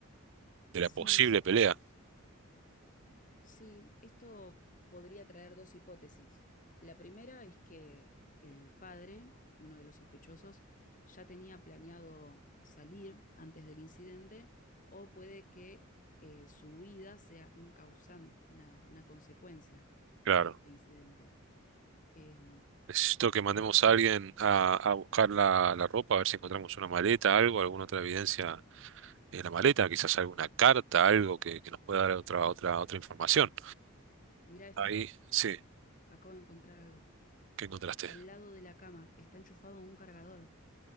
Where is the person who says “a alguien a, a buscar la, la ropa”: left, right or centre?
Right